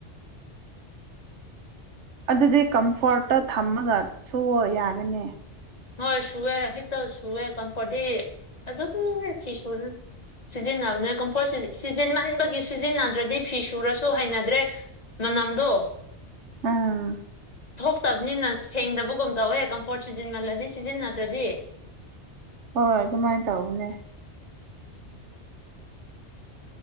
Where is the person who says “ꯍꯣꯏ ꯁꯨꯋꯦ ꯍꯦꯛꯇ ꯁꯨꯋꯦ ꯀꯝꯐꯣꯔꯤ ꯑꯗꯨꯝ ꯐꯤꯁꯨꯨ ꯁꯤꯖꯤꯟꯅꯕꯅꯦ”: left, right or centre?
Left